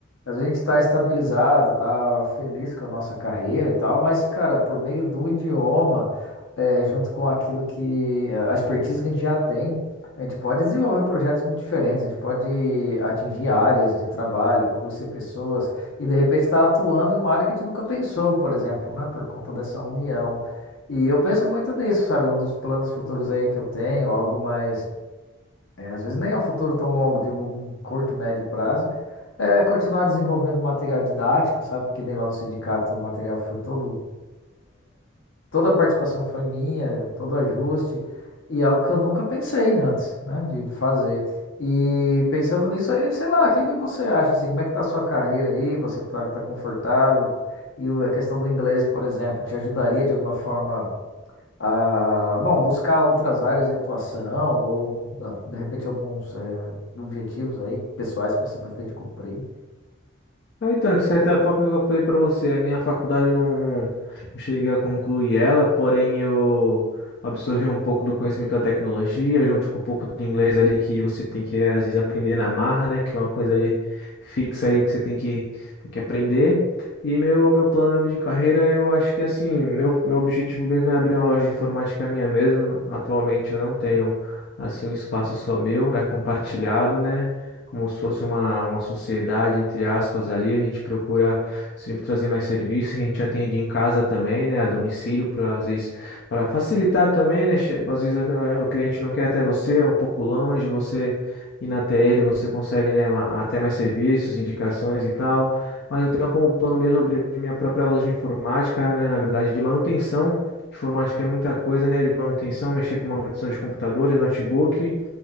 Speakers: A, on the left; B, on the left.
A: é, a gente tá estabilizado, tá feliz com a nossa carreira e tal, mas, cara, por meio do idioma, é, junto com aquilo que, a expertise que a gente já tem, a gente pode desenvolver projetos muito diferentes, a gente pode atingir áreas de trabalho, por conhecer pessoas, e de repente está atuando em uma área que a gente nunca pensou, por exemplo, né? Por conta dessa união. E eu penso muito nisso, sabe? Um dos planos futuros aí que eu tenho, algo mais, é, às vezes nem é um futuro tão longo, de um curto, médio prazo, é continuar desenvolvendo material didático, sabe? porque nem lá no sindicato o material foi todo Toda a participação foi minha, todo o ajuste, e algo que eu nunca pensei antes, né, de, de fazer. E pensando nisso aí, sei lá, o que que você acha, assim, como é que tá a sua carreira aí? Você tá, tá confortável? E o- a questão do inglês, por exemplo, te ajudaria de alguma forma a, bom, buscar outras áreas de atuação ou, ah, de repente, alguns, eh, objetivos aí pessoais que você pretende cumprir?
B: Ah, Então, de certa forma, igual eu falei para você, a minha faculdade eu não, não cheguei a concluir ela, porém eu absorvi um pouco do conhecimento da tecnologia, junto com um pouco do inglês ali que você tem que, às vezes, aprender na marra, né? Que é uma coisa ali fixa ali que você tem que, tem que aprender. E meu, meu plano mesmo de carreira, eu acho que, assim, meu, meu objetivo mesmo é abrir uma loja de informática minha mesmo. Atualmente eu não tenho, assim, um espaço só meu, é compartilhado, né? como se fosse uma, uma sociedade, entre aspas, ali. A gente procura sempre trazer mais serviço, a gente atende em casa também, né, a domicílio, para às vezes para facilitar também, né? che- Às vezes a- a- o cliente não quer até você, é um pouco longe, você ir na TL, você consegue, né, ma- até mais serviços, indicações e tal. Mas eu tenho como plano mesmo abrir minha própria loja de informática, né, na verdade, de manutenção. Informática é muita coisa, né? De manutenção, mexer com manutenção de computadores, notebook.